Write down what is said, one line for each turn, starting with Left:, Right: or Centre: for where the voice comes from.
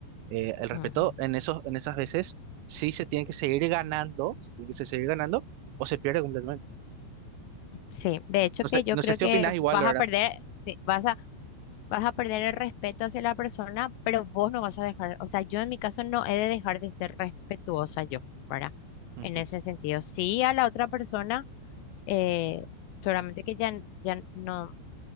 Right: Eh, el respeto
Left: Ujú.
Right: en esos, en esas veces sí se tiene que seguir ganando, se tiene que se- seguir ganando o se pierde completamente.
Left: Sí, de hecho
Right: No
Left: que
Right: sé,
Left: yo
Right: no
Left: creo
Right: sé si
Left: que
Right: opinas igual,
Left: vas
Right: ¿verdad?
Left: a perder, sí, vas a vas a perder el respeto hacia la persona, pero vos no vas a dejar, o sea, yo en mi caso no he de dejar de ser respetuosa yo, ¿verdad?
Right: Ujú,
Left: En ese sentido, sí a la otra persona, eh, solamente que ya, ya no,